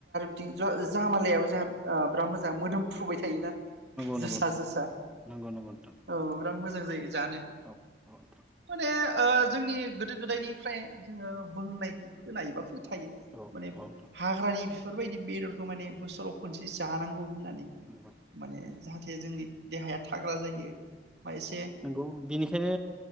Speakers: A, on the right; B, in the centre.
A: थिं जा जामालायाबो जोंहा ओ बिराद मोजां मोदोम फ्रुबाय थायोना
B: नंगौ
A: जोसा
B: नोंथां नंगौ नोंथां नंगौ नोंथां नंगौ नोंथां नंगौ नोंथां नंगौ नोंथां
A: जोसा
B: नंगौ नंगौ नोंथां
A: औ बिराद मोजां जायो जानो
B: औ औ नोंथां
A: माने ओ जोंनि गोदो गोदायनिफ्राय जोङो बुंनायखौ होनाय एबा थायो
B: औ
A: माने
B: औ नोंथां
A: हाग्रानि बेफोरबायदि बेदरखौ माने बोसोराव खनसे जानांगौ नानै
B: नंगौ
A: माने जाहाथे जोंनि देहाया थाग्रा जायो बा एसे
B: नंगौ बेनिखायनो